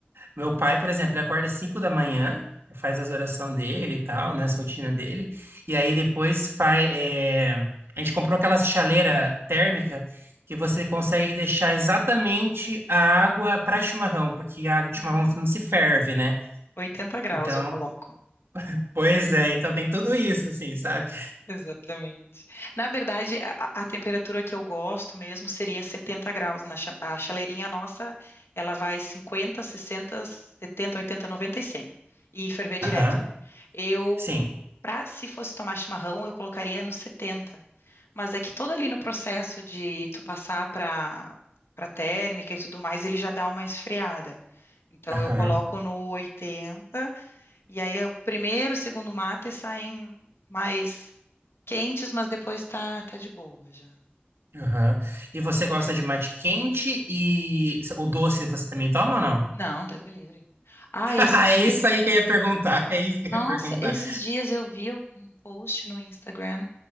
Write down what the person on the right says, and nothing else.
Meu pai, por exemplo, ele acorda às 5 da manhã, faz as orações dele e tal, né, a rotina dele, e aí depois faz. é, A gente comprou aquela chaleira térmica que você consegue deixar exatamente a água para chimarrão, porque a água de
chimarrão não se ferve, né?
Então,
pois é, então tem tudo isso, assim, sabe?
Aham,
sim.
Aham,
aham. E você gosta de mate quente e o doce você também toma ou não?
<laughs>
É
isso aí que eu ia perguntar, é isso que
eu ia perguntar.